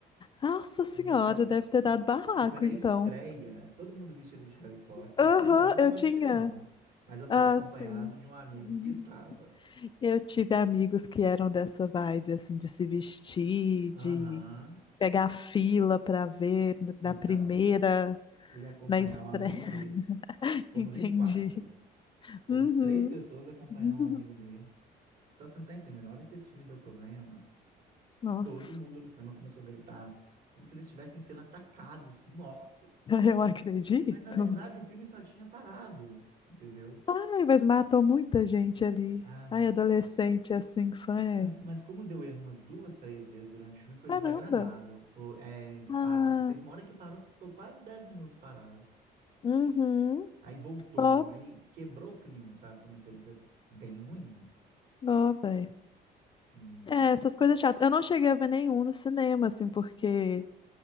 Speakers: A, on the left; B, on the right.
A: nossa senhora,
B: E aquela. E,
A: deve ter
B: e
A: dado barraco,
B: e foi na
A: então.
B: estreia, todo mundo vestido de Harry Potter.
A: Aham,
B: Eu, não- eu não tava
A: eu tinha.
B: vestido, não. Mas eu
A: Ah,
B: tava acompanhado
A: sim.
B: de um amigo
A: <laughs>
B: que estava.
A: Eu tive amigos que eram dessa vibe, assim, de se vestir, de
B: Aham.
A: pegar fila pra ver
B: Então,
A: na primeira,
B: fui acompanhar
A: na estreia,
B: um amigo desses.
A: <laughs>
B: Fomos
A: entendi.
B: em quatro. Fomos
A: Uhum.
B: três pessoas acompanhar
A: <laughs>
B: um amigo desses. Só que você não tá entendendo, na hora que esse filme deu problema,
A: Nossa,
B: todo mundo no cinema começou a gritar como se eles estivessem sendo atacados e mortos.
A: eu acredito.
B: Mas na verdade o filme só tinha parado, entendeu?
A: Ai, mas matou muita gente ali.
B: Ah, matou.
A: Ai, adolescente assim, fã é.
B: Mas, mas como deu erro umas duas, três vezes durante o filme, foi
A: Caramba.
B: desagradável. Foi, é, de
A: Ah,
B: parar, assim. Teve uma hora que parou que ficou quase 10 minutos parado.
A: uhum.
B: Aí voltou,
A: Ó,
B: aí quebrou o clima, sabe? Foi uma experiência bem ruim.
A: ó, velho.
B: Sim,
A: É, essas coisas chatas. Eu não cheguei a ver nenhum no cinema, assim, porque